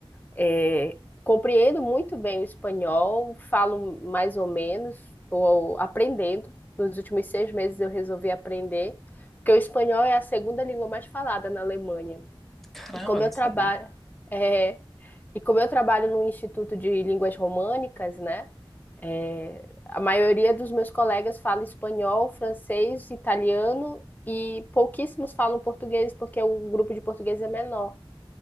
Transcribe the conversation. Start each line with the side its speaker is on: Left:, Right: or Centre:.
Left: É, compreendo muito bem o espanhol, falo mais ou menos, estou aprendendo. Nos últimos seis meses eu resolvi aprender, porque o espanhol é a segunda língua mais falada na Alemanha.
Centre: Caramba,
Left: E como
Centre: eu não
Left: eu trabalho,
Centre: sabia.
Left: é, e como eu trabalho no Instituto de Línguas Românicas, né? é, a maioria dos meus colegas fala espanhol, francês, italiano e pouquíssimos falam português, porque o grupo de português é menor.